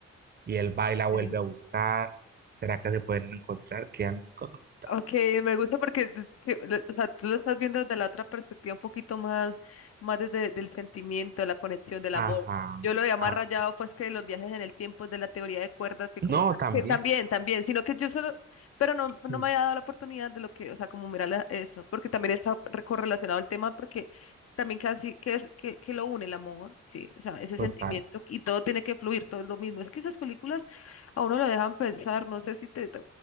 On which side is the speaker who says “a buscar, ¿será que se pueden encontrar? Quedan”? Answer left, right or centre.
Right